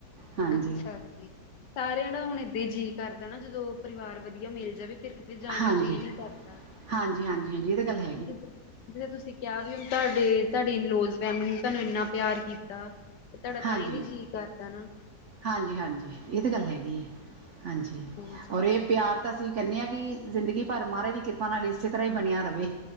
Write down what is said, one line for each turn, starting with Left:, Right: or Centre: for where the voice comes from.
Right: ਹਾਂਜੀ
Left: ਅੱਛਾ ਜੀ, ਸਾਰਿਆਂ ਦਾ ਹੁਣ ਏਦਾਂ ਹੀ ਜੀਅ ਕਰਦਾ ਨਾ ਜਦੋਂ ਪਰਿਵਾਰ ਵਧੀਆ ਮਿਲ ਜਵੇ ਫਿਰ ਕਿਤੇ ਜਾਣ
Right: ਹਾਂਜੀ
Left: ਨੂੰ ਜੀਅ ਨਹੀਂ ਕਰਦਾ।
Right: ਹਾਂਜੀ ਹਾਂਜੀ, ਹਾਂਜੀ ਏ ਤਾ ਗੱਲ ਹੈ।
Left: ਜ ਜਿੱਦ ਤੁਸੀਂ ਕਿਹਾ ਵੀ ਹਣ ਤੁਹਾਡੇ ਤੁਹਾਡੀ ਇਨਲੋਜ਼ ਫੈਮਿਲੀ ਨੂੰ ਤੁਹਾਨੂੰ ਇੰਨਾ ਪਿਆਰ ਕੀਤ ਤੇ ਤੁਹਾਡਾ ਤਾਂ
Right: ਹਾਂਜੀ
Left: ਹੀ ਨੀ ਜੀਅ ਕਰਦਾ ਨਾ।
Right: ਹਾਂਜੀ, ਹਾਂਜੀ, ਇਹ ਤੇ ਗੱਲ ਹੈਗੀ ਐ, ਹਾਂਜੀ,
Left: ਹਾਂਜੀ।
Right: ਔਰ ਇਹ ਪਿਆਰ ਤਾਂ ਅਸੀਂ ਕਹਿੰਣੇ ਹਾਂ ਕਿ ਜ਼ਿੰਦਗੀ ਪਾਰ ਮਹਾਰਾਜ ਦੀ ਕਿਰਪਾ ਨਾਲ ਇਸੇ ਤਰ੍ਹਾਂ ਹੀ ਬਣਿਆ ਰਹੇ।